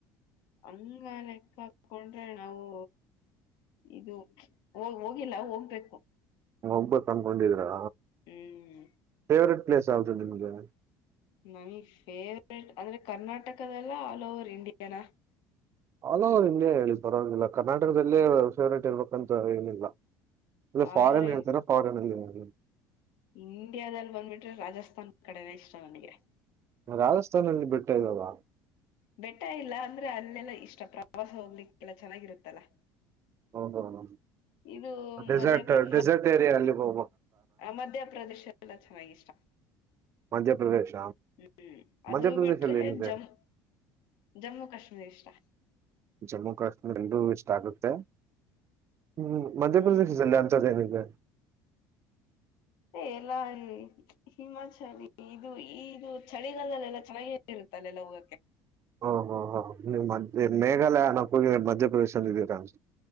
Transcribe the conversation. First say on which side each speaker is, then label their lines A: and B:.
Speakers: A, on the left (about 70°); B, on the right (about 35°).
A: ಹಂಗ ಲೆಕ್ಕ ಹಾಕೊಂಡ್ರೆ ನಾವು ಇದು ಹ ಹೋಗಿಲ್ಲ ಹೋಗ್ಬೇಕು
B: ಹೋಗ್ಬೇಕ್ ಅನ್ಕೊಂಡಿದೀರಾ
A: ಹ್ಮ್
B: ಫೇವರಟ್ ಪ್ಲಸ್ ಆ ನಿನ್ಗೆ
A: ನಮಗ್ ಫೇವ್ರೇಟ್ ಅಂದ್ರೆ ಕರ್ನಾಟಕದಲ್ಲ ಆಲ್ ಓವರ್ ಇಂಡಿಯಾನ
B: ಆಲ್ ಓವರ್ ಇಂಡಿಯಾ ಹೇಳಿ ಪರವಾಗಿಲ್ಲ ಕರ್ನಾಟಕದಲ್ಲೇ ಫೇವ್ರೇಟ್ ಇರ್ಬೇಕಂತ ಏನಿಲ್ಲ ಅಂದ
A: ಆಲ್
B: ಫಾರಿನ್
A: ಓವರ್ ಇ
B: ಹೇತಾರ ಫಾರಿನ್ ಅಲ್ಲಿ ಹ್ಮ
A: ಇಂಡಿಯಾದಲ್ಲಿ ಬಂದ್ಬಿಟ್ರೆ ರಾಜಸ್ಥಾನ್ ಕಡೆನ ಇಷ್ಟ ನನಗೆ
B: ರಾಜಸ್ಥಾನಲ್ಲಿ ಬೆಟ್ಟ ಟ್ಟ ಇಲ್ವಲ್ಲ
A: ಬೆಟ್ಟ ಇಲ್ಲ ಅಂದ್ರೆ ಅಲ್ಲೆಲ್ಲಾ ಇಷ್ಟ ಪ್ರವಾಸ ಹೋಗ್ಲಿಕ್ಕೆಲ್ಲ ಚೆನ್ನಾಗಿರುತ್ತಲ್ಲ
B: ಹ ಹೌ
A: ಇದು
B: ಡೆಸರ್ಟ್
A: ಮಧ್ಯ
B: ಡೆಸರ್ಟ್ ಏರಿಯಾ ಅಲ್ಲಿ <unintelligible> ಹೌ
A: ಮಧ್ಯಪ್ರದೇಶ ಎಲ್ಲ ಚೆನ್ನಾಗಿ ಇಷ್ಟ
B: ಮಧ್ಯಪ್ರದೇಶ
A: ಹ್ಮ್ ಅದು
B: ಮಧ್ಯಪ್ರದೇಶಲ್ಲಿ
A: ಬಿಟ್ರೆ
B: ಏನಿದೆ
A: ಜಮ್ಮ ಜಮ್ಮು ಕಾಶ್ಮೀರ್ ಇಷ್ಟ
B: ಜಮ್ಮು ಕಾಶ್ಮೀರ್ ಎಲರಿಗೂ ಇಷ್ಟ ಆಗುತ್ತೆ ಹ್ಮ್ ಮಧ್ಯಪ್ರದೇಶದಲ್ಲಿ
A: ಹ್ಮ್
B: ಅಂತದ್ದ ಏನಿದೆ
A: ಎಲ್ಲಾ ಈ ಹಿಮಾಚಲಿ ಇದು ಇದು ಚಳಿಗಾಲದದಲ್ಲಿೆಲ್ಲಾ ಚೆನ್ನಾಗ ಇರುತ್ತಲ್ಲ ಎಲ್ಲ ಹೋಗಕ್ಕೆ
B: ಹಓ ಹ್ ಹ್ ನೀ್ ಮ ಮೇಘಾಲಯ ನೋಗಿ ಮಧ್ಯಪ್ರದೇಶ ಅಂದ ಇದೀರಾ ಅ